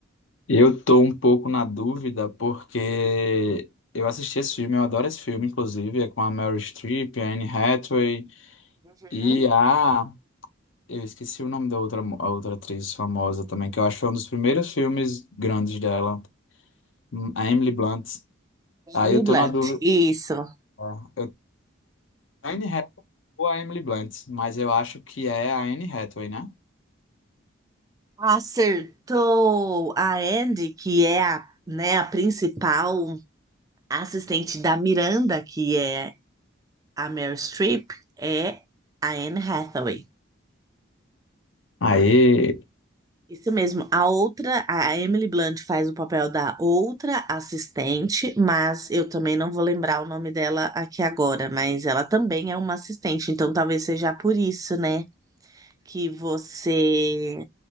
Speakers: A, on the left; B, on the right.
A: Eu tô um pouco na dúvida porque eu assisti esse filme, eu adoro esse filme, inclusive, é com a Meryl Streep, a Anne Hathaway
B: Hum?
A: e a. Eu esqueci o nome da outra, mo- a outra atriz famosa também, que eu acho que foi um dos primeiros filmes grandes dela, Hum, a Emily Blunt. Aí
B: Emily
A: eu
B: Blunt,
A: tô na dúvida.
B: isso.
A: ó, Eu... A Anne Hathaway ou a Emily Blunt, mas eu acho que é a Anne Hathaway, né?
B: Acertou a Andy, que é a, né, a principal A assistente da Miranda, que é a Meryl Streep, é a Anne Hathaway.
A: Aí
B: Isso mesmo. A outra, a Emily Blunt faz o papel da outra assistente, mas eu também não vou lembrar o nome dela aqui agora, mas ela também é uma assistente, então talvez seja por isso, né, que você